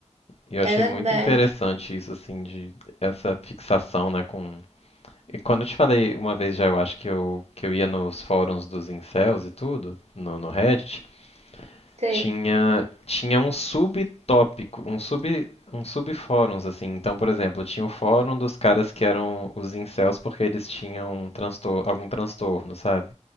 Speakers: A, on the left (about 60°); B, on the right (about 65°).
A: E eu achei
B: É verdade,
A: muito interessante isso, assim, de essa fixação, né, com... E quando eu te falei uma vez já, eu acho que eu, que eu ia nos fóruns dos incels e tudo, no, no Reddit,
B: sei.
A: Tinha, tinha um subtópico, um sub, um subfóruns, assim. Então, por exemplo, tinha o fórum dos caras que eram os incels porque eles tinham transtor algum transtorno, sabe?